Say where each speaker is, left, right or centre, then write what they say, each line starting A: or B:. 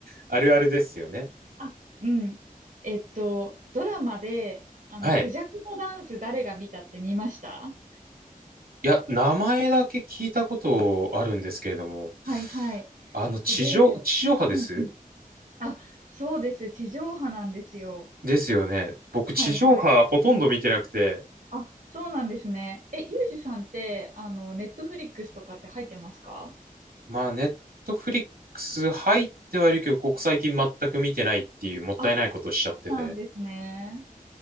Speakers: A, on the right (about 85°); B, on the right (about 60°).
A: あるあるですよね。
B: あ、うん。えっと、ドラマで、あの、
A: はい。
B: クジャクのダンス誰が見たって見ました
A: いや、名前だけ聞いたことあるんですけれども、
B: はいはい。
A: あの、地上、
B: これ、
A: 地上波です
B: うんうん。あ、そうです。地上波なんですよ。
A: ですよね。僕、
B: はいはい。
A: 地上波ほとんど見てなくて、
B: あ、そうなんですね。え、ゆうじさんって、あの、ネットフリックスとかって入ってますか
A: まあ、ネットフリックス入ってはいるけど、ここ最近全く見てないっていうもったいないことをしちゃってて。
B: あ、そうなんですね。